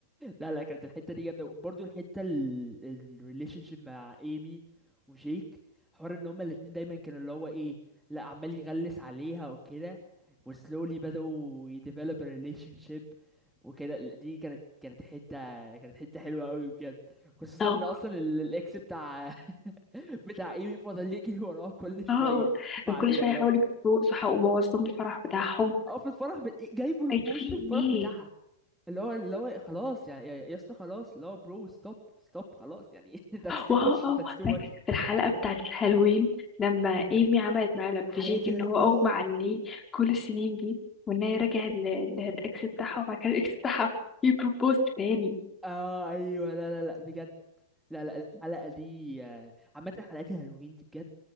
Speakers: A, in the centre; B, on the left (about 20°).
A: لا لا كانت الحته دي جامده برضو الحته الريليشن شيب مع ايمي وجيك حوار ان هما الاتنين دايما كانوا اللي هو ايه لا عمال يغلس عليها وكده وسلولي بدأوا يديفلوب ريليشن شيب وكده دي كانت كانت حته كانت حته حلوه قوي بجد خصوصا
B: اه
A: ان اصلا ال- الاكس بتاع <laughs> بتاع ايمي فضل يجري وراها كل شويه
B: اه
A: بعديها
B: وكل شويه
A: اللي
B: يحاولوا
A: هو
B: يتجوزوا وبوظ لهم الفرح بتاعهم
A: اه في الفرح ب... جايبه البوس
B: طيب في
A: في الفرح
B: ايه
A: بتاعها اللي هو اللي هو خلاص يعني يا يا اسطى خلاص اللي هو برو ستوب ستوب خلاص يعني <laughs> that's too
B: واه
A: much
B: اه
A: that's too
B: فاكر
A: much
B: في الحلقة بتاعة الهالوين لما ايمي عملت معاه لبتجيك
A: حلقة الهالوين
B: ان هو اغمى عليه كل السنين دي وان هي رجعت ل- للاكس بتاعها وبعد كده الاكس بتاعها يبروبوز تاني
A: اه ايوه لا لا لا بجد لا لا الحلقة دي آه، عامة حلقات الهالوين دي بجد